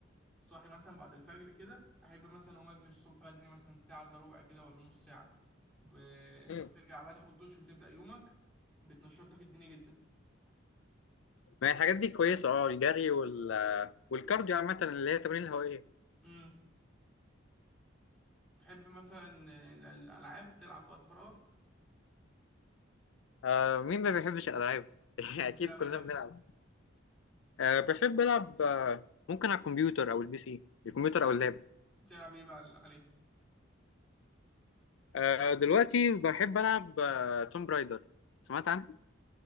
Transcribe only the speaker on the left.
مم.
ما هي الحاجات دي كويسه اه الجري وال والكارديو عامه اللي هي التمارين الهوائيه
آه مين ما بيحبش الألعاب؟ <laughs>
أكيد
كلنا
بنلعب آه بحب ألعب آه ممكن على الكمبيوتر أو البي سي الكمبيوتر أو اللاب
آه دلوقتي بحب ألعب آه توم برايدر سمعت عنها؟